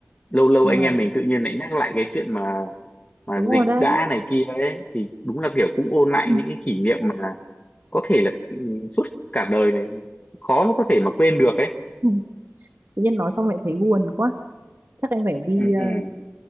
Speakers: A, on the left; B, on the right.
A: lâu lâu
B: Mà
A: anh em mình tự nhiên lại nhắc lại cái chuyện mà mà
B: đúng rồi
A: dịch
B: đấy
A: dã này kia ấy thì đúng là kiểu cũng ôn
B: <laughs>
A: lại những cái kỷ niệm mà có thể là ừ, suốt cả đời này khó mà có thể mà quên được ấy
B: tự nhiên nói xong lại thấy buồn quá chắc em phải đi
A: ừ,
B: ờ,
A: ừ.